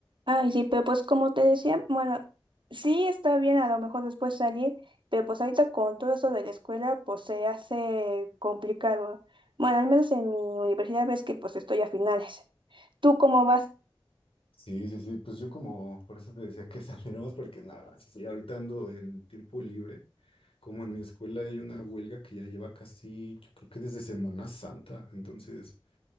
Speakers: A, on the right; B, on the left.
A: Ay, sí, pero pues como te decía, bueno, sí está bien a lo mejor después salir, pero pues ahorita con todo eso de la escuela, pues se hace complicado. Bueno, al menos en mi universidad ves que pues estoy a finales. ¿Tú cómo vas?
B: Sí, sí, sí, pues yo como, por eso te decía que <laughs> saliéramos, porque nada, sí, ahorita ando en tiempo libre, como en mi escuela hay una huelga que ya lleva casi, yo creo que desde Semana Santa, entonces